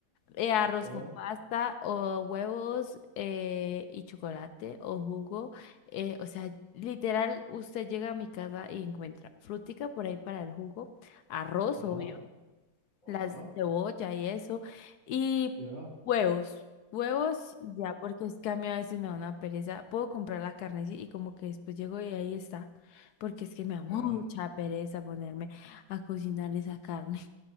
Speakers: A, on the left; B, on the left.
A: Eh, arroz
B: ya,
A: con pasta o huevos eh, y chocolate o jugo. eh, o sea, literal, usted llega a mi casa y encuentra frutica por ahí para el jugo, arroz,
B: ajá,
A: obvio
B: ajá,
A: las cebolla y eso, y
B: ya,
A: huevos, huevos y ya, porque es que a mí a veces me da una pereza, puedo comprar la carne sí, y como que después llego y ahí está, porque es que me da mucha
B: ya.
A: pereza ponerme a cocinar esa carne.